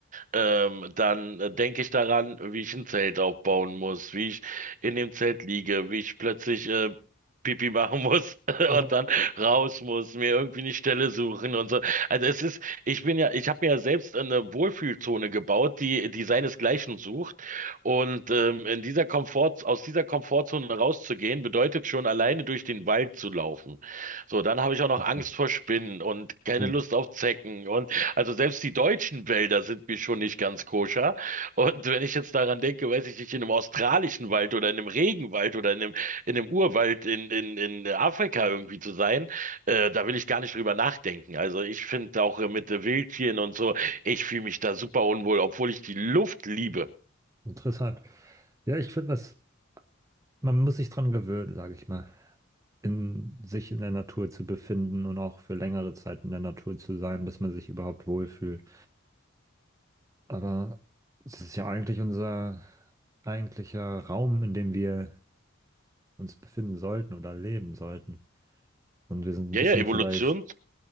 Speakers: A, on the right (about 40°); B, on the right (about 15°).
A: Ähm, dann äh, denke ich daran, wie ich ein Zelt aufbauen muss, wie ich in dem Zelt liege, wie ich plötzlich äh, Pipi machen muss <laughs>
B: Ja,
A: und dann raus muss, mir irgendwie eine Stelle suchen und so. Also es ist, ich bin ja, ich habe mir ja selbst eine Wohlfühlzone gebaut, die, die seinesgleichen sucht. Und ähm, in dieser Komfort, aus dieser Komfortzone rauszugehen, bedeutet schon alleine durch den Wald zu laufen. So, dann habe ich auch noch
B: Interessant.
A: Angst vor Spinnen und keine
B: Uh,
A: Lust auf Zecken. Und also selbst die deutschen Wälder sind mir schon nicht ganz koscher. Und wenn ich jetzt daran denke, weiß ich nicht, in einem australischen Wald oder in einem Regenwald oder in einem, in einem Urwald in, in, in Afrika irgendwie zu sein, äh, da will ich gar nicht drüber nachdenken. Also ich finde auch äh, mit äh, Wildtieren und so, ich fühle mich da super unwohl, obwohl ich die Luft liebe.
B: interessant. Ja, ich finde das. Man muss sich dran gewöhnen, sage ich mal, in sich in der Natur zu befinden und auch für längere Zeit in der Natur zu sein, bis man sich überhaupt wohlfühlt. Aber es ist ja eigentlich unser eigentlicher Raum, in dem wir uns befinden sollten oder leben sollten. Und wir sind ein
A: Ja,
B: bisschen
A: ja, Evolution,
B: vielleicht